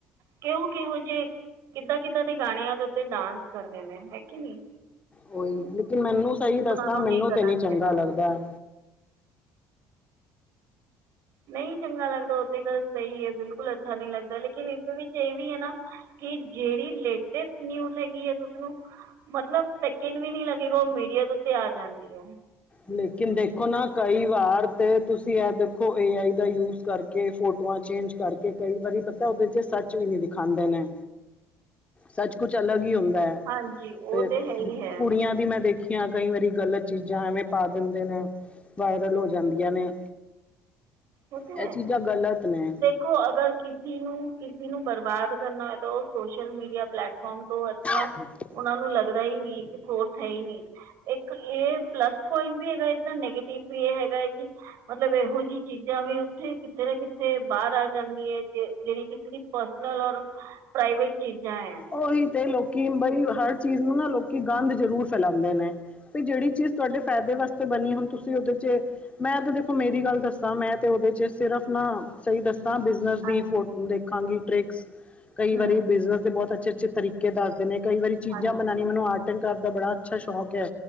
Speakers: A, on the right (about 55°); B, on the left (about 20°).
A: ਕਿਹੋ-ਕਿਹੋ ਜੇ ਕਿੱਦਾਂ-ਕਿੱਦਾਂ ਦੇ ਗਾਣਿਆਂ ਦੇ ਉੱਤੇ ਡਾਂਸ ਕਰਦੇ ਨੇ, ਹੈ ਕਿ ਨੀ।
B: ਉਹੀ, ਲੇਕਿਨ ਮੈਨੂੰ ਸਹੀ ਦੱਸਾਂ,
A: ਨੂੰ
B: ਮੈਨੂੰ
A: ਨਹੀਂ ਕਰਨਾ
B: ਤੇ ਨੀ ਚੰਗਾ
A: ਚਾਹੀਦਾ
B: ਲੱਗਦਾ।
A: ਨਹੀਂ ਚੰਗਾ ਲੱਗਦਾ, ਉਹ ਤੇ ਗੱਲ ਸਹੀ ਏ ਬਿਲਕੁਲ ਅੱਛਾ ਨਹੀਂ ਲੱਗਦਾ। ਲੇਕਿਨ ਇਸਦੇ ਵਿੱਚ ਇਹ ਵੀ ਏ ਨਾ। ਠੀਕ ਜਿਹੜੀ ਲੇਟੈਸ ਨਿਊਜ ਹੈਗੀ ਏ, ਉਸਨੂੰ ਮਤਲਬ ਸੈਕਿੰਡ ਵੀ ਨੀ ਲੱਗੇਗਾ, ਉਹ ਮੀਡੀਆ ਦੇ ਉਤੇ ਆ ਜਾਂਦੀ ਆ।
B: ਲੇਕਿਨ ਦੇਖੋ ਨਾ, ਕਈ ਵਾਰ ਤੇ ਤੁਸੀਂ ਇਹ ਦੇਖੋ, ਏ ਆਈ ਦਾ ਯੂਜ ਕਰ ਕੇ ਫੋਟੋਆਂ ਚੇਂਜ ਕਰਕੇ, ਕਈ ਵਾਰੀ ਪਤਾ ਉਹਦੇ 'ਚ ਸੱਚ ਵੀ ਨੀ ਦਿਖਾਂਦੇ ਨੇ। ਸੱਚ ਕੁਚ ਅਲੱਗ ਈ ਹੁੰਦਾ
A: ਹਾਂਜੀ ਉਹ
B: ਤੇ
A: ਤਾਂ ਹੈ ਹੀ ਹੈ
B: ਕੁੜੀਆਂ ਦੀ ਮੈਂ ਦੇਖੀ ਜਾਂ ਕਈ ਵਾਰੀ ਗ਼ਲਤ ਚੀਜ਼ਾਂ ਐਵੇਂ ਪਾ ਦਿੰਦੇ ਨੇ, ਵਾਇਰਲ ਹੋ ਜਾਂਦੀਆਂ ਨੇ।
A: ਉਹ ਤੇ
B: ਇਹ
A: ਹੈ।
B: ਚੀਜ਼ਾਂ
A: ਦੇਖ
B: ਗ਼ਲਤ ਨੇ
A: ਦੇਖੋ, ਅਗਰ ਕਿਸੀ ਨੂੰ, ਕਿਸੀ ਨੂੰ ਬਰਬਾਦ ਕਰਨਾ ਹੋਏ ਤਾਂ ਉਹ ਸੋਸ਼ਲ ਮੀਡੀਆ ਪਲੇੈਟਫਾਮ ਤੋਂ ਅੱਛਾ
B: <inaudible>
A: ਉਹਨਾ ਨੂੰ ਲੱਗਦਾ ਈ ਨੀ ਕਿ ਕੋਰਸ ਹੈ ਈ ਨਹੀਂ। ਇੱਕ ਇਹ ਪਲੱਸ ਪੁਆਇੰਟ ਵੀ ਹੈਗਾ ਏਦਾ, ਨੈਗੇਟਿਵ ਵੀ ਇਹ ਹੈਗਾ ਏ ਕਿ, ਮਤਲਬ ਇਹੋ ਜਿਹੀ ਚੀਜ਼ਾਂ ਵੀ ਉੱਥੇ ਕਿੱਥੇ ਨਾ ਕਿੱਥੇ ਬਾਹਰ ਆ ਜਾਂਦੀ ਐ। ਜਿਹੜੀ ਕਿਸੇ ਦੀ ਪਰਸਨਲ ਔਰ ਪ੍ਰਾਈਵੇਟ ਚੀਜ਼ਾਂ ਆ।
B: ਉਹੀ ਤੇ ਲੋਕੀ ਹੁਣ ਬਈ, ਹਰ ਚੀਜ਼ ਨੂੰ ਨਾ ਲੋਕੀ ਗੰਦ ਜ਼ਰੂਰ ਫੈਲਾਂਦੇ ਨੇ। ਪ‌ਈ ਜਿਹੜੀ ਚੀਜ਼ ਤੁਹਾਡੇ ਫ਼ਾਇਦੇ ਵਾਸਤੇ ਬਣੀ, ਹੁਣ ਤੁਸੀਂ ਉਹਦੇ 'ਚ ਮੈਂ ਤੇ ਦੇਖੋ, ਮੇਰੀ ਗੱਲ ਦੱਸਾਂ ਮੈਂ ਤੇ ਉਹਦੇ 'ਚ ਸਿਰਫ ਨਾ ਸਹੀ ਦੱਸਾਂ, ਬਿਜ ਬਿਜ਼ਨਸ
A: ਹਾਂਜੀ
B: ਦੀ ਫੋ ਦੇਖਾਂਗੀ ਟ੍ਰਿਕਸ, ਕਈ
A: ਹੂੰ
B: ਵਾਰੀ ਬਿਜ਼ਨਸ ਦੇ ਬਹੁਤ ਅੱਛੇ-ਅੱਛੇ ਤਰੀਕੇ ਦੱ ਮੈਂ ਕਈ ਵਾਰੀ ਚੀਜ਼ਾਂ
A: ਹਾਂਜੀ
B: ਬਨਾਂਨੀ, ਮੈਨੂੰ ਆਰਟ ਐਂਡ ਕਰਾਫਟ ਦਾ ਬੜਾ ਅੱਛਾ ਸ਼ੌਕ ਐ।